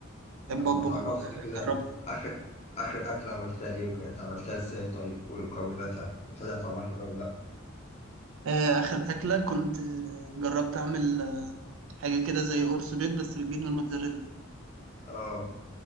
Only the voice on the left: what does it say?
طب
ما تعرفني
كده آخر آخر أكلة عملتها إيه وكانت عملتها إزاي طيب ومكوناتها وطلع طعمها حلو ولا لأ؟
آه